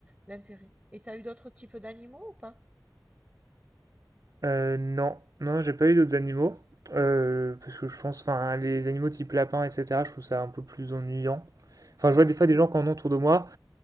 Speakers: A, on the right; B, on the right.
A: l'intérêt. Et t'as eu d'autres types d'animaux ou pas?
B: Euh, non, non, j'ai pas eu d'autres animaux. Euh, parce que je pense, enfin, les animaux type lapin, etc., je trouve ça un peu plus ennuyant. Enfin,
A: Ouais,
B: je vois des fois des gens qui en ont autour de moi.